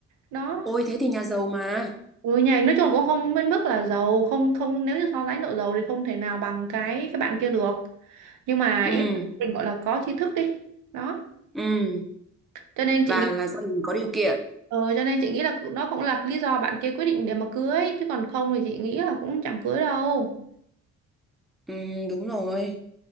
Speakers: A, on the right; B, in the centre.
A: đó
B: ôi thế thì nhà giàu mà
A: ừ, nhà nói chung là cũng không bên mức là giàu không không nếu như so sánh độ giàu thì không thể nào bằng cái cái bạn kia được nhưng mà
B: ừ
A: ý là mình gọi là có tri thức đi đó
B: ừ
A: cho nên
B: và
A: chị
B: là gia đình có điều kiện
A: Ờ, cho nên chị nghĩ là nó cũng là lý do bạn kia quyết định để mà cưới chứ còn không thì chị nghĩ là cũng chẳng cưới đâu
B: ừ đúng rồi